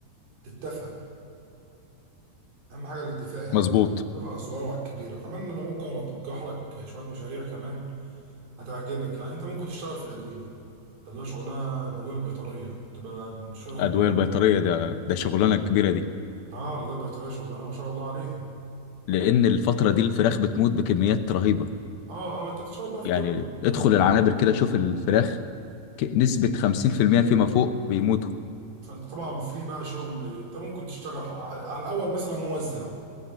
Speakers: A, on the right; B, on the left.
A: تتفق اهم حاجه الاتفاق يعني
B: مظبوط
A: اتفق على الصغيره وعلى الكبيره وكمان انا ممكن ارجح لك شويه مشاريع كمان هتعجبك يعني انت ممكن تشتغل في الادويه ده اللي هو شغلها الادويه البيطريه تبقى شغلها
B: ادويه
A: كويس
B: البيطريه
A: جدا
B: ده ده شغلانه كبيره دي
A: اه الادويه البيطريه شغلانه ما شاء الله عليها
B: لان الفتره دي الفراخ بتموت بكميات رهيبه
A: اه اه ما انت بتشتغل بقى في
B: يعني
A: كل
B: ادخل
A: بيطري
B: العنابر كده شوف الفراخ ك- نسبه 50% فيما فوق بيموتوا
A: فانت طبعا في بقى شغل انت ممكن تشتغل على على الاول مثلا موزع